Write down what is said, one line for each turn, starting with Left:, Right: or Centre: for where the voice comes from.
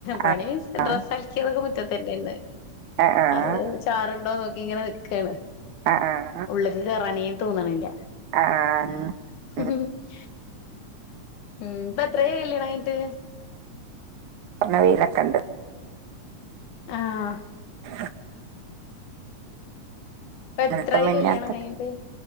Left: പണി
Right: ആഹ്
Left: ഡ്രസ്സ്
Right: ആഹ്
Left: അലക്കിയതോ റ്റെതെന്നെന്ന്
Right: ആഹ്
Left: അത് ചാറുണ്ടോ നോ ഇങ്ങനെ നിക്കാണ്
Right: ആഹ് ആഹ്
Left: ഉള്ള്ക്ക് കേറാനെ തോന്ണില്ല
Right: ആഹ്
Left: <unintelligible>
Right: ഇന്ന്
Left: ഉം ഇപ്പ എത്രയായി കല്ല്യാണയിഞ്ഞിയിട്ട്
Right: നല്ല വയില കണ്ട്
Left: ആഹ്
Right: <unintelligible> <unintelligible>
Left: ഇപ്പ എത്രായി
Right: ഇന്നല്തും മിഞ്ഞാന്നതും
Left: കല്യാണം കഴിഞ്ഞിട്ട്
Right: ഒക്കെ